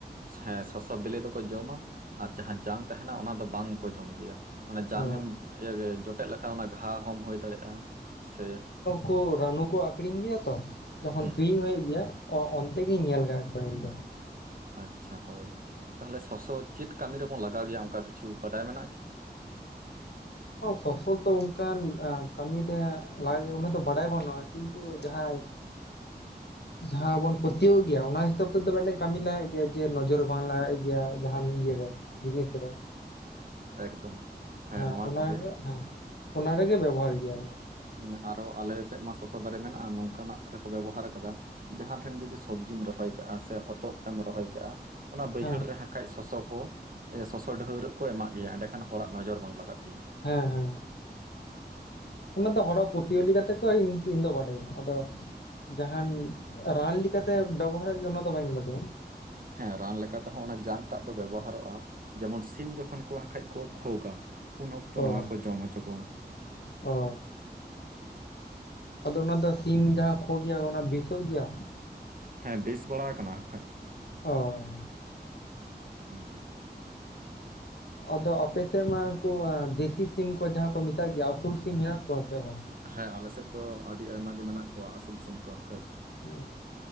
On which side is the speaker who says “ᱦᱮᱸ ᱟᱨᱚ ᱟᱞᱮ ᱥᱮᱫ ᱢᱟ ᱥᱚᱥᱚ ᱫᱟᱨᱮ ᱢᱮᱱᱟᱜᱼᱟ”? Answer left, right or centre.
Right